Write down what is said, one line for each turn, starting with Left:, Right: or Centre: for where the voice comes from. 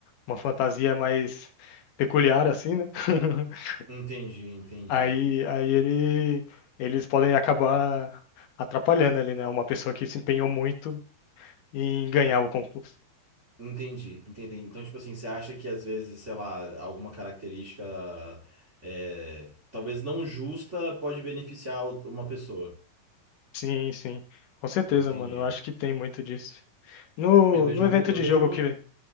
Left: uma fantasia mais peculiar, assim, né? <laughs>
Right: Entendi, entendi.
Left: Aí, aí ele, eles podem acabar atrapalhando ali, né? Uma pessoa que se empenhou muito em ganhar o concurso.
Right: Entendi, entendi. Então, tipo assim, você acha que às vezes, sei lá, alguma característica é, talvez não justa pode beneficiar o- uma pessoa.
Left: Sim, sim. Com certeza,
Right: Entendi.
Left: mano. Eu acho que tem muito disso. No,
Right: Eu vejo
Left: no evento
Right: muito. Eu
Left: de
Right: vejo
Left: jogo
Right: muito.
Left: que.